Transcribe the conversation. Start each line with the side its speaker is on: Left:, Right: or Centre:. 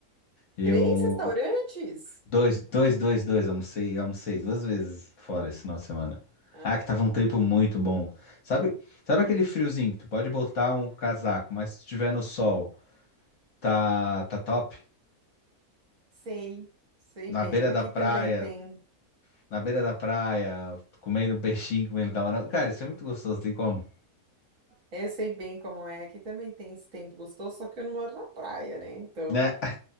Left: Eu
Right: Três restaurantes?
Left: dois, dois, dois, dois, almocei, almocei duas vezes fora esse final de semana.
Right: Ai,
Left: Ah,
Right: que
Left: que tava
Right: delícia.
Left: um tempo muito bom. Sabe, sabe aquele friozinho que tu pode botar um casaco, mas se estiver no sol, tá tá top.
Right: Sei, sei
Left: Na
Right: bem.
Left: beira
Right: Aqui
Left: da praia,
Right: também tem.
Left: na beira da praia, comendo um peixinho, comendo camarão. Cara, isso é muito gostoso, tem como,
Right: Eu sei bem como é. Aqui também tem esse tempo gostoso, só que eu não moro na praia, né? Então.
Left: né?